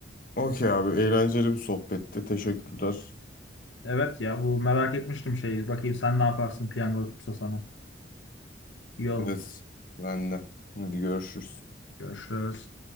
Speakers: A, on the left; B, on the left.
A: Okey abi eğlenceli bir sohbetti. Teşekkürler.
B: Evet ya bu merak etmiştim şeyi. Bakayım sen ne yaparsın piyango tutsa sana. İyi oldu.
A: Evet ben de. Hadi görüşürüz.
B: Görüşürüz.